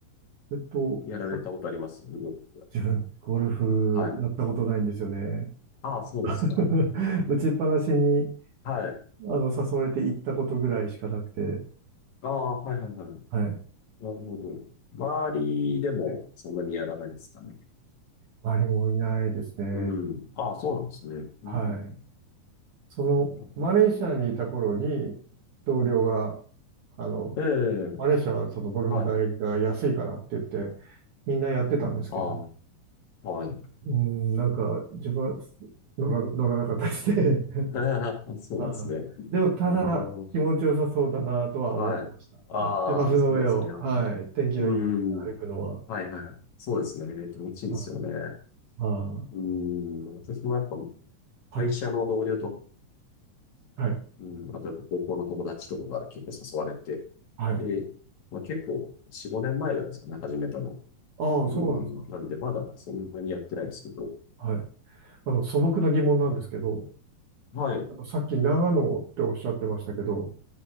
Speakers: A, on the right; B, on the left.
A: えっと、
B: やられたことありますゴルフは。
A: さ自分、ゴルフやったことないんですよね。
B: はい。ああ、そうですか。
A: <laughs> 打ちっぱなしに、
B: はい。
A: あの、誘われて行ったことぐらいしかなくて、
B: ああ、はいはいはい。
A: はい。
B: なるほど。周りでもそんなにやらないですかね。
A: はい周りもいないですね。
B: うん。ああ、そうなんですね。うんうん
A: はい。その、
B: うん
A: マレーシアにいた頃に、同僚が、あの、
B: ええ、
A: マレーシアはそのゴルフ代が安いからって言って、
B: はい。
A: みんなやってたんですけど、
B: ああ、はい。
A: うん、なんか、自分は乗ら、乗らなかったですね。
B: <laughs>
A: <laughs>
B: そうなんですね。
A: あでも、ただ、
B: うーん。
A: 気持ちよさそうだなとは思ってました。
B: はい。ああ、
A: あの、芝生の上を、
B: そうですね。は
A: はい、天気のいい日に歩くのは。
B: い。うん。はいはい。そうですね。気持ちいいんですよね。
A: はい。ああ
B: うん。私もやっぱ
A: はい、
B: 会社の同僚と、
A: はい、
B: うん、あとやっぱ高校の友達とかが結構誘われて。
A: はい。
B: で、まあ、結構4、5年前ぐらいですかね、始めたの。
A: ああ、
B: うん。
A: そうなんですか。
B: なんでまだそんなにやってないんですけど。
A: はい。あの、素朴な疑問なんですけど、
B: はい。
A: あのさっき長野っておっしゃってましたけど、